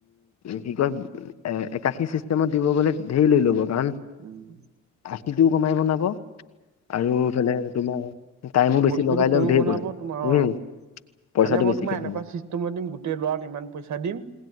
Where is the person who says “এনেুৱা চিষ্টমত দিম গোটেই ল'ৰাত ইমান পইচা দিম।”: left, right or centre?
Right